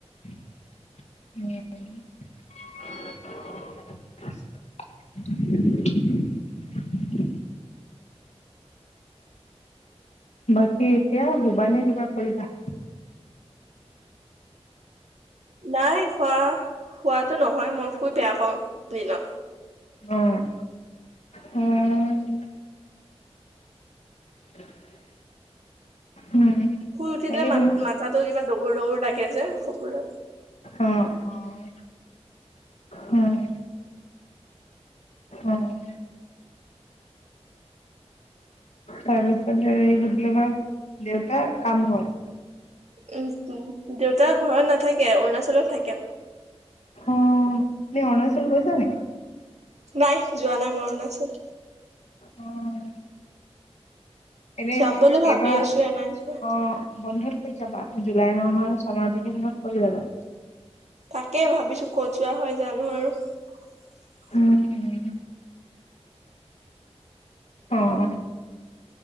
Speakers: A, on the left; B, on the right.
A: উম। <inaudible> বাকী, এতিয়া শুবানে কিবা কৰিবা?
B: নাই শুৱা! শুৱাটো নহয়, মই শুই বেয়া পাওঁ। দিনত।
A: অ', উম। <inaudible> উম।
B: শুই উঠি
A: বাকী
B: দিলে <unintelligible>
A: তুমি
B: মাথাতো কিবা ডগুৰ ডগুৰ লাগে যে। চবৰে।
A: অ', অ', উম। অ'। তাৰপিছত এই কি বুলি কয়, দেউতা কাম গ'ল?
B: উম, <unintelligible> দেউতা ঘৰত নাথাকে, অৰুণাচলত থাকে।
A: অহ! তুমি অৰুণাচল গৈছানে?
B: নাই যোৱা নাই মই অৰুণাচল
A: অ', এনে
B: যাম বুলি ভাবি
A: এইবাৰ
B: আছো এনাই যে
A: অহ! বন্ধত ক'ত যাবা! জুলাই মাহৰ ছামাৰ ভেকেচনত ক'লৈ যাবা?
B: তাকেই ভাবিছো ক'ত যোৱা হয়, জানো আৰু।
A: উম, অহ।